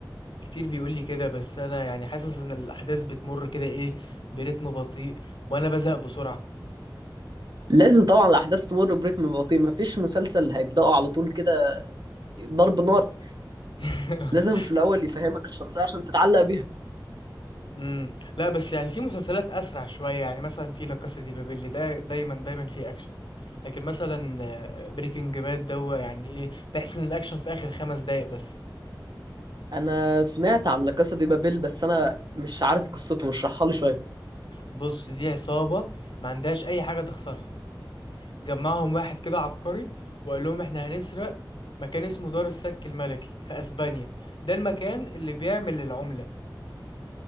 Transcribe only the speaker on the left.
كتير بيقول لي كده بس انا يعني حاسس ان الاحداث بتمر كده ايه برتم بطيء وانا بزهق بسرعة
<laughs>
امم لا بس يعني في مسلسلات اسرع شويه يعني مثلا في لا كاسا دي بابيل ده دايما دايما في اكشن لكن مثلا آه، بريكنج باد دو يعني ايه بحس ان الاكشن في اخر خمس دقايق بس
بص دي عصابه ما عندهاش اي حاجه تخسرها جمعهم واحد كده عبقري وقال لهم احنا هنسرق مكان اسمه دار السك الملكي في اسبانيا ده المكان اللي بيعمل العمله